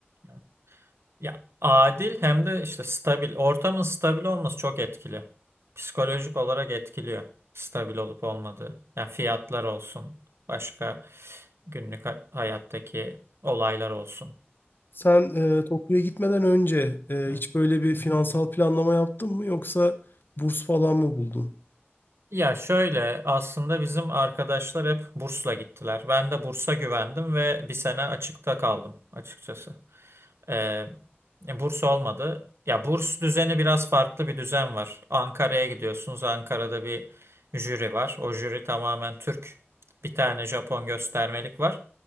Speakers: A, on the right (about 75°); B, on the left (about 55°).
A: Evet. Ya adil hem de işte stabil. Ortamın stabil olması çok etkili. Psikolojik olarak etkiliyor. Stabil olup olmadığı. Yani fiyatlar olsun. Başka günlük ha- hayattaki olaylar olsun.
B: Sen e, Tokyo'ya gitmeden önce e,
A: Evet.
B: hiç böyle bir
A: Hı
B: finansal
A: hı.
B: planlama yaptın mı yoksa burs falan mı buldun?
A: Ya şöyle aslında bizim arkadaşlar hep bursla gittiler. Ben de bursa güvendim ve bir sene açıkta kaldım açıkçası. Ee, e, burs olmadı. Ya burs düzeni biraz farklı bir düzen var. Ankara'ya gidiyorsunuz. Ankara'da bir jüri var. O jüri tamamen Türk. Bir tane Japon göstermelik var.